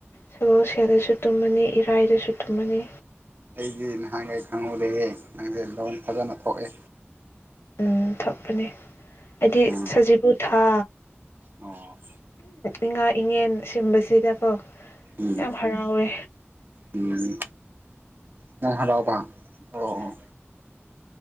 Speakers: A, on the left; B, on the right.
A: ꯁꯒꯣꯜꯁꯦꯜꯗꯁꯨ ꯇꯨꯝꯃꯅꯤ ꯏꯔꯥꯏꯗꯁꯨ ꯇꯨꯝꯃꯅꯤ
B: ꯑꯩꯗꯤ ꯅꯍꯥꯟꯈꯩ ꯈꯪꯍꯧꯗꯦꯍꯦ ꯅꯪꯁꯦ ꯂꯣꯟ ꯐꯖꯅ ꯊꯣꯛꯑꯦ
A: ꯎꯝ ꯊꯣꯛꯄꯅꯦ ꯍꯥꯏꯗꯤ
B: ꯎꯝ
A: ꯁꯖꯤꯕꯨ ꯊꯥ
B: ꯑꯣ
A: ꯏꯉꯥ ꯏꯉꯦꯟ ꯁꯨꯝꯕꯁꯤꯗꯀꯣ
B: ꯎꯝ
A: ꯌꯥꯝ ꯍꯔꯥꯎꯋꯦ
B: ꯎꯝ ꯅꯪ ꯍꯥꯔꯥꯎꯕꯥ ꯑꯣ ꯑꯣ